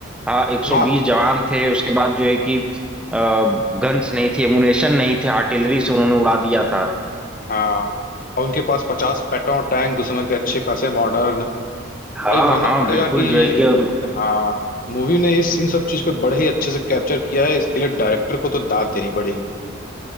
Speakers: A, in the centre; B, on the left.
A: हाँ 120
B: मा,
A: जवान थे उसके बाद जो है कि गन्स नहीं थी एमुनेशन नहीं थे आर्टिलरी से उन्होंने उड़ा दिया था
B: हाँ और उनके पास पचास पेट्रोल टैंक उस समय के अच्छे खासे मॉडर्न
A: हाँ
B: भाई मानना
A: हाँ
B: पड़ेगा
A: बिल्कुल
B: कि
A: जो है कि और
B: हाँ मूवी ने इस इन सब चीज को बड़े ही अच्छे से कैप्चर किया है इसके लिए डायरेक्टर को तो दाद देनी पड़ेगी